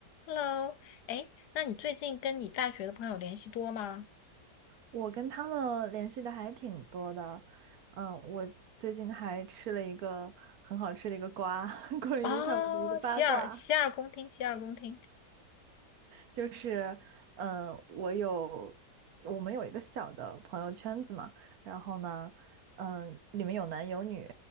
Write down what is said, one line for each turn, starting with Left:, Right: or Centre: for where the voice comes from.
Left: Hello，哎，那你最近跟你大学的朋友联系多吗？
Right: 我跟他们联系的还挺多的，嗯，我最近还吃了一个很好吃的一个瓜，<laughs> 关于他们的一个八卦。
Left: 哦，洗耳洗耳恭听，洗耳恭听
Right: 就是，嗯，我有我们有一个小的朋友圈子嘛，然后呢，嗯，里面有男有女，